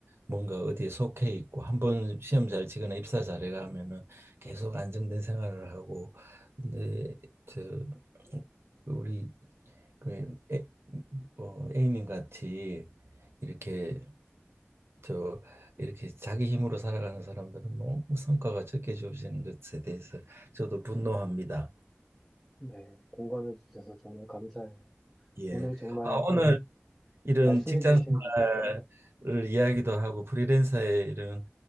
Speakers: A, on the right (about 65°); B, in the centre.
A: 뭔가 어디에 속해 있고 한 번 시험 잘 치거나 입사 잘해가 하면은 계속 안정된 생활을 하고 근데 저 우리 그 애, 어, A님 같이 이렇게 저 이렇게 자기 힘으로 살아가는 사람들은 너무 성과가 적게 주어지는 것에 대해서 저도 분노합니다.
B: <laughs> 네, 공감해 주셔서 정말 감사해요.
A: 예.
B: 오늘 정말
A: 아, 오늘 이런
B: 말씀해
A: 직장
B: 주신
A: 생활을 이야기도 하고 프리랜서의 이런